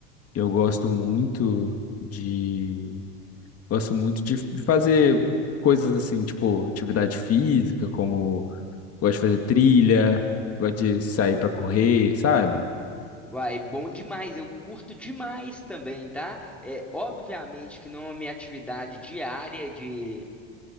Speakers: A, on the left (about 40°); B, in the centre.
A: eu gosto muito de, gosto muito de, de fazer coisas assim, tipo atividade física, como gosto de fazer trilha, gosto de sair pra correr, sabe?
B: Uai, bom demais, eu curto demais também, tá? É, obviamente que não é minha atividade diária de.